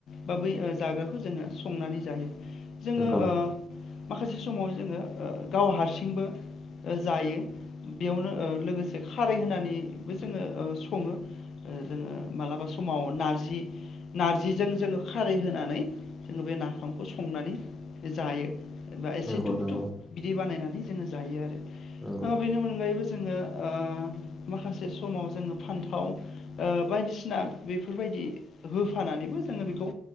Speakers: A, on the left (about 60°); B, in the centre.
A: बा बै जाग्राखौ जोङो संनानै जायो। जोङो
B: नंगौ
A: ओ माखासे समाव जोङो गाव हारसिंबो जायो बेयावनो ओ लोगोसे खारै होनानैबो ओ जोंङो सङो जोंङो मालाबा समाव नारजि नारजिजों जोङो खारै होनानै जोङो बे नाफामखौ संनानै। जायो बा एसे
B: नंगौ
A: धुप
B: नंगौ
A: बा बिदि बानायनानै जोङो जायो आरो ओ
B: नंगौ
A: बेनो अनगायैबो जो जोंङो ओ माखासे समाव फानथाव ओ बायसिफोरबाय होफानानैबो जोंङो बेखौ